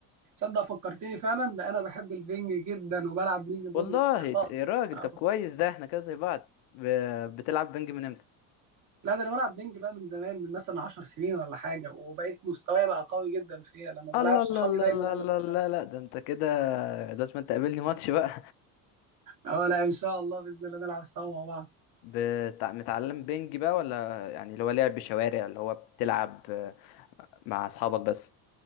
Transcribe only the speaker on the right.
تصدق فكرتني فعلا ده انا بحب البنج جدا وبلعب بينج بونج
كتير خالص
آه.
لا ده انا بلعب بينج بقى من زمان من مثلا 10 سنين ولا حاجه وبقيت مستواي بقى قوي جدا فيها لما بلعب
صحابي
دايما
انا اللي
بكسبهم
اه لا ان شاء الله باذن الله نلعب سوا مع بعض